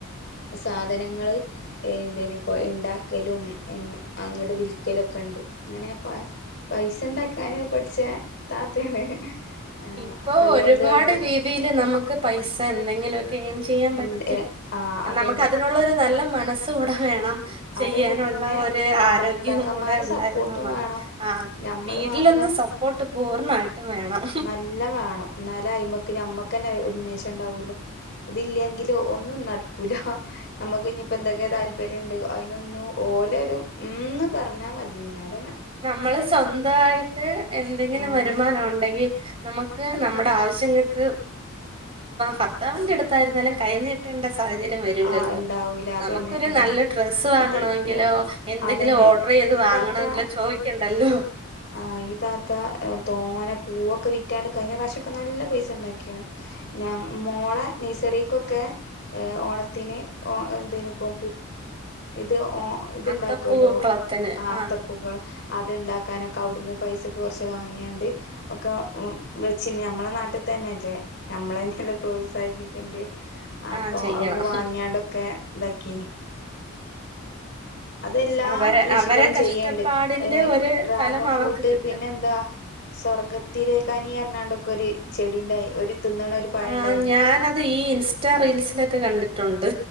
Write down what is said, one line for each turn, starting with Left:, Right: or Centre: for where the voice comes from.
Left: സാധനങ്ങള്ൾ എന്ത ഇപ്പൊ ഉണ്ടാക്കലും അങ്ങ വിൽക്കലൊക്കെ ഉണ്ട് ഇങ്ങനെ പൈസ ഉണ്ടാക്കാന് പഠിച്ച താത്തയാണ് ആഹ്
Right: ഇപ്പൊ
Left: പലേതായിട്ടും
Right: ഒരുപാട് രീതിയില് നമുക്ക് പൈസ എന്തെങ്കിലും ഗെയിൻ ചെയ്യാൻ പറ്റും
Left: ഇണ്ട് ആഹ് അതന്നെ
Right: നമുക്ക് അതിനുള്ള ഒരു നല്ല മനസ്സ് കൂടെ വേണം ചെയ്യാനുള്ള
Left: അതന്നെ പിന്നെ
Right: ഒരു
Left: ആഹ്
Right: ആരോഗ്യവും
Left: ഭർത്താക്കന്മാരെ
Right: കൂടെ ഉണ്ടായിരുന്നാ
Left: സപ്പോർട്ടും
Right: മതി
Left: വേണം
Right: ആ
Left: ഞമ്മള്
Right: വീട്ടിലൊന്നും
Left: മാത്രം
Right: സപ്പോർട്ട് പൂർണ്ണമായിട്ടും വേണം
Left: നല്ല വേണം എന്നാല അയിമക്ക് ഞമ്മക്ക്ന്നെ ഉന്മേഷം ഉണ്ടാവുള്ളു ഇതില്ലെങ്കില് ഒന്നും നടക്കൂല നമ്മുക്ക് ഇപ്പോ എന്തൊക്കെ താല്പര്യംണ്ട് അതിനൊന്നും പോലെ ഒരു ഉന്ന് പറഞ്ഞാൽ മതിന്നാൽ
Right: നമ്മള് സ്വന്തമായിട്ട് എന്തെങ്കിലും
Left: ആഹ്
Right: വരുമാനം ഉണ്ടെങ്കി നമുക്ക് നമ്മുടെ ആവശ്യങ്ങൾക്ക് ഭർത്താവിന്റെ അടുത്തായിരുന്നാലും കഴന്ന് കിട്ടേണ്ട സ വല്ലല്ലോ
Left: ആഹ് ഇണ്ടാവൂല
Right: നമുക്കൊരു
Left: അതന്നെ അതന്നെ
Right: നല്ല ഡ്രസ്സ് വാങ്ങണെങ്കിലോ
Left: ഇത് ഇങ്ങ്
Right: എന്തെങ്കിലും
Left: അതന്നെ
Right: ഓഡർ ചെയ ഏത്
Left: ഈ
Right: വാങ്ങണമെങ്കിലോ
Left: താത്ത
Right: ചോദിക്കണ്ടല്ലോ
Left: ആഹ് ഇതാത്ത തോനെ പൂവൊക്കെ വിറ്റാണ്ട് കഴിഞ്ഞ പ്രാവശ്യംൊക്കെ നല്ല പൈസ ഉണ്ടാക്കിയാണ് ഞ മോളെ നെയസറക്കൊക്കെ ഓണത്തിന് എന്തപ്പോ ഇത് ഇത്ണ്ടാക്കുമല്ലോ
Right: അത്തപ്പൂ കുളത്തിന്
Left: ആ അത്തപ്പുകൾ
Right: ആഹ്
Left: അത്ണ്ടാക്കാനൊെ വിടുന്ന് പൈസക്കെ കുറച്ച് വാങ്ങിയാണ്ട് ഒക്കെ വെച്ച നമ്മെ നാട്ടിൽ തന്നെല്ലേ നമ്മള എന്നെെ പ്രോത്സാഹിപ്പിക്കേണ്ടേ അപ്പൊ
Right: ആഹ് ചെയ്യണം
Left: അവിടുന്ന് വാങ്ങിയാണ്ടൊക്കെ ഇതാക്കീന് അതെല്ലാ
Right: അവരെ
Left: കൃഷികളും
Right: അവരെ കഷ്ടപ്പാടിന്റെ
Left: ചെയ്യണ്ട് ഏ
Right: ഒരു
Left: ഡ്രാഗൺ
Right: ഫലം അവർക്ക്
Left: ഫ്രൂട്ട്
Right: കിട്ടും
Left: പിന്നെന്താ സ്വർഗത്തിലേക്കനി എറണാണ്ടൊക്കെ ഒരു ചെടിണ്ട ഒരു തിുന്നണ ഒരു പഴ
Right: ആഹ്
Left: ഉണ്ടായിനി
Right: ഞാനത് ഈ ഇൻസ്റ്റാ റീൽസിലൊക്കെ കണ്ടിട്ടുണ്ട്